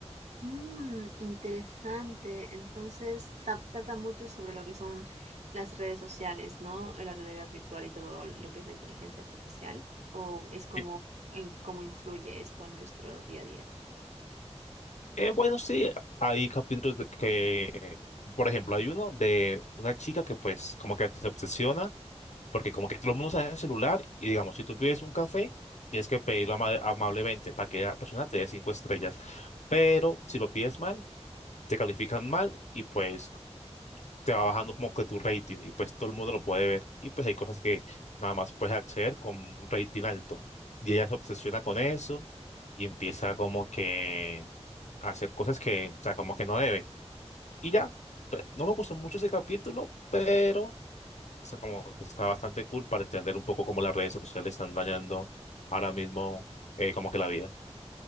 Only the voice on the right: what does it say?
Mm, interesante. Entonces, ta- trata mucho sobre lo que son las redes sociales, ¿no? La realidad virtual y todo lo que es la inteligencia artificial, o es como
en cómo influye esto en nuestro día a día.